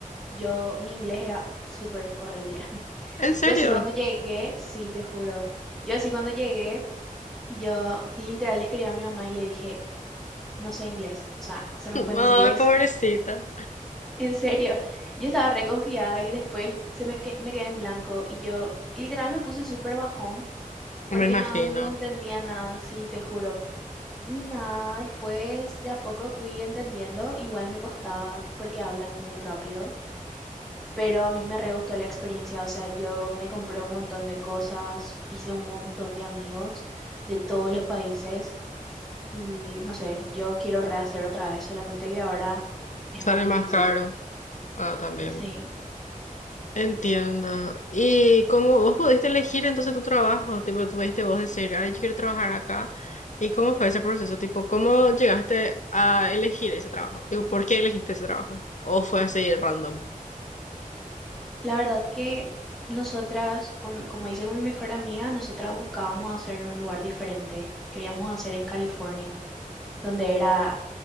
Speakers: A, in the centre; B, on the left.
A: yo, mi inglés era súper horrible. <laughs>
B: ¿En serio?
A: Yo así cuando llegué, sí, te juro. Yo así cuando llegué, yo literal le escribí a mi mamá y le dije, no sé inglés. O sea, se me
B: Ay,
A: fue mi inglés.
B: pobrecita.
A: En serio, yo estaba reconfiada y después se me, que- me quedé en blanco y yo literal me puse súper bajón porque
B: Me imagino.
A: no, no entendía nada, sí, te juro. Y nada, después de a poco fui entendiendo, igual me costaba porque hablan muy rápido, pero a mí me re gustó la experiencia, o sea, yo me compré un montón de cosas, hice un montón de amigos de todos los países y no sé, yo quiero rehacer otra vez, solamente que ahora es
B: Sale
A: más difícil.
B: más caro. Ah, también.
A: Sí.
B: Entiendo. ¿Y cómo vos pudiste elegir entonces tu trabajo? Tipo, tuviste vos decir, ay, yo quiero trabajar acá. ¿Y cómo fue ese proceso? Tipo, ¿cómo llegaste a elegir ese trabajo? Digo, ¿por qué elegiste ese trabajo? ¿O fue así random?
A: La verdad que nosotras, com- como hice con mi mejor amiga, nosotras buscábamos hacer en un lugar diferente. Queríamos hacer en California, donde era,